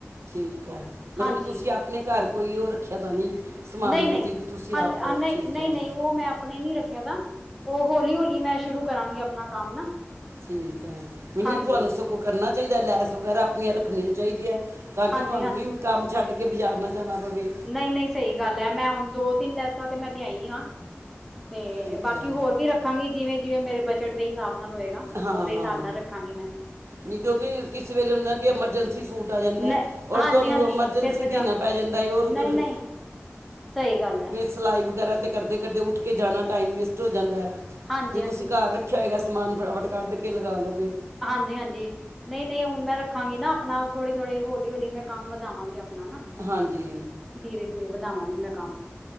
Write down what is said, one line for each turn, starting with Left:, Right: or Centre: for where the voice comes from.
Right: ਠੀਕ ਹੈ ਮਤਲਬ
Centre: ਹਾਂਜੀ
Right: ਕਿ ਤੁਸੀਂ ਆਪਣੇ ਘਰ ਕੋਈ ਉਹ ਰੱਖਿਆ ਦਾ ਨਹੀਂ ਸਮਾਨ
Centre: ਨਹੀਂ
Right: ਬ
Centre: ਨਹੀਂ
Right: ਜਿਦ ਤੁਸੀਂ
Centre: ਹਾਲੇ
Right: ਆਪ ਕਰੋ
Centre: ਨਹੀਂ
Right: ਠੀਕ
Centre: ਨਹੀਂ
Right: ਹੈ।
Centre: ਨਹੀਂ ਮੈਂ ਆਪਣੇ ਨੀ ਰੱਖਿਆ ਤ ਉਹ ਹੌਲੀ ਹੌਲੀ ਮੈਂ ਸ਼ੁਰੂ ਕਰਾਂਗੀ ਆਪਣਾ ਕੰਮ ਨਾ
Right: ਠੀਕ ਹੈ। ਨਹੀ-ਨਹੀਂ
Centre: ਹਾਂਜੀ
Right: ਤੁਹਾਨੂੰ ਸਗੋਂ ਕਰਨਾ ਚਾਹੀਦਾ ਲੈਸ ਵਗੈਰਾ ਅਪਣੀਆਂ ਰੱਖਣੀਆਂ ਚਾਹੀਦੀਆਂ। ਤਾਂ
Centre: ਹਾਂਜੀ
Right: ਕਿ ਤੁਹਾਨੂੰ
Centre: ਹਾਂਜੀ
Right: ਵੀ ਕੰਮ ਛੱਡ ਕੇ ਬਾਜ਼ਾਰ ਨਾ ਜਾਣਾ ਪਵੇ।
Centre: ਨਹੀਂ-ਨਹੀਂ ਸਹੀ ਗੱਲ ਐ। ਮੈਂ ਹੁਣ ਦੋ-ਤਿੰਨ ਲੈਸਾਂ ਤੇ ਮੈਂ ਲਿਆਈ ਆਂ। ਤੇ
Right: ਠੀਕ
Centre: ਬਾਕੀ
Right: ਹੈ
Centre: ਹੋਰ ਵੀ ਰੱਖਾਂਗੀ ਜਿਵੇਂ-ਜਿਵੇਂ ਮੇਰੇ ਬਜਟ ਦੇ ਹਿਸਾਬ ਨਾਲ ਹੋਏਗਾ
Right: ਹਾਂ
Centre: ਉਹਦੇ ਹਿਸਾਬ
Right: ਹਾਂ
Centre: ਨਾਲ ਰ- ਖਾਂਗੀ ਮੈ
Right: ਨਹੀਂ ਕਿਉਂਕਿ ਕਿਸ ਵੇਲੇ ਹੂਨਾ ਕਿ ਐਮਰਜੈਂਸੀ ਸੂਟ ਜਾਂਦਾ
Centre: ਨਹੀਂ ਹਾਂਜੀ
Right: ਔਰ ਤੁਹਾਨੂੰ
Centre: ਹਾਂਜੀ
Right: ਐਮਰਜੈਂਸੀ
Centre: ਫਿਰ ਬਜਾ
Right: ਦੇਣਾ ਪੈ ਜਾਂਦਾ ਓਰ
Centre: ਨਹੀਂ
Right: ਓਰ
Centre: ਨਹੀਂ ਸਹੀ ਗੱਲ ਹੈ
Right: ਸਿਲਾਈ ਵਗੈਰਾ ਤੇ ਕਰਦੇ ਕਰਦੇ ਉੱਠ ਕੇ ਜਾਣਾ ਟਾਈਮ ਵੇਸਟ ਹੋ ਜਾਂਦਾ ਹੈ
Centre: ਹਾਂਜੀ
Right: ਜੇ
Centre: ਹਾਂਜੀ
Right: ਤੁਸੀਂ ਘਰ ਰੱਖ ਰਖਿਆ ਹੋਏਗਾ ਸਮਾਨ ਫਟਾਫਟ ਕੱਢ ਕੇ ਲਗਾ ਲਉਗੇ
Centre: ਹਾਂਜੀ ਹਾਂਜੀ ਨਹੀਂ ਨਹੀਂ ਹੁਣ ਮੈਂ ਰੱਖਾਂਗੀ ਨਾ, ਆਪਣਾ ਥੋੜੀ ਥੋੜੀ ਹੌਲੀ ਹੌਲੀ ਮੈਂ ਕੰਮ ਵਧਾਵਾਂਗੀ ਆਪਣਾ ਨਾ।
Right: ਹਾਂਜੀ।
Centre: ਧੀਰੇ ਧੀਰੇ ਵਧਾਵਾਂਗੀ ਮੈਂ ਕੰਮ।